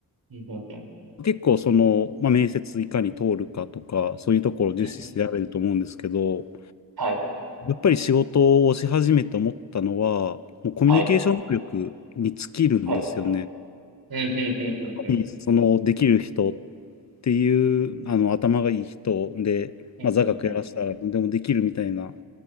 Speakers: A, on the right; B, on the left.
A: うん、うん、うん。
B: 結構その、まあ、面接いかに通るかとか、そういうところを重視してやれると思うんですけど、
A: うんはい、
B: やっぱり仕事をし始めて思ったのは、もうコミュニケーション能力に尽きるんですよね。
A: はい、はい。
B: やっ
A: うん、うん、うん、うん、
B: ぱりそのできる人っ
A: うん、
B: ていうあの頭がいい人で、
A: うん、
B: まあ、座学やらせたら何でもできるみたいな
A: うん、うん、